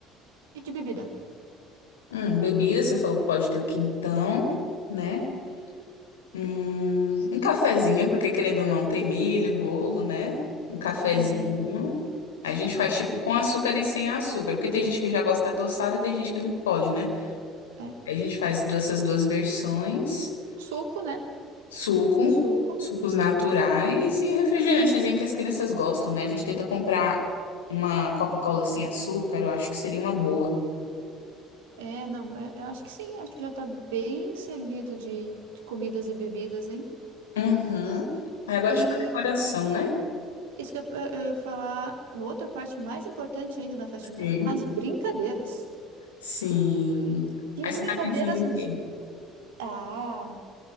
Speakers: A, on the right (about 70°); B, on the left (about 75°).
A: E de bebida?
B: Hum, bebida, você falou que pode ter o quintão, né? Hum, um cafezinho, porque querendo ou não, tem milho, bolo, né? Um cafezinho.
A: É,
B: A gente faz tipo com açúcar e sem açúcar, porque tem gente que já gosta adoçada e tem gente que não pode, né?
A: é.
B: Aí a gente faz du- essas duas versões,
A: Um suco, né?
B: suco,
A: Suco.
B: sucos naturais e refrigerantezinho que as crianças gostam, né? A gente tenta comprar uma Coca-Cola sem açúcar, eu acho que seria uma boa.
A: É, não, é, eu acho que sim, acho que já tá bem servido de, de comidas e bebidas, hein?
B: Uhum. Aí agora,
A: E
B: é tipo, a decoração, né?
A: isso que eu, eu ia falar, uma outra parte mais importante ainda da festa junina,
B: Sim.
A: as brincadeiras.
B: Sim.
A: Que
B: Aí
A: brincadeiras
B: você tá pensando em
A: nos...
B: quê?
A: Ah,